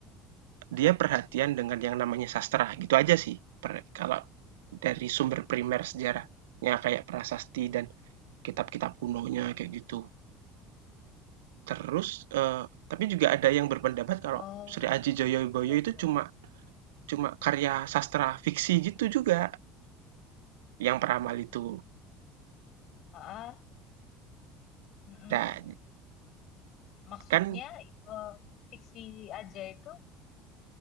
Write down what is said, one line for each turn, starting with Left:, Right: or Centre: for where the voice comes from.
Right: dia perhatian dengan yang namanya sastra, gitu aja sih. Per kalau dari sumber primer sejarahnya kayak prasasti dan kitab-kitab kunonya, kayak gitu. Terus, eee, tapi juga ada yang berpendapat kalau
Left: oh,
Right: Sri Aji Joyoboyo
Left: baiklah.
Right: itu cuma cuma karya sastra fiksi gitu juga, yang Peramal itu.
Left: Ah, ah, mm-mm.
Right: Nah,
Left: Maksudnya
Right: kan,
Left: eh, fiksi aja itu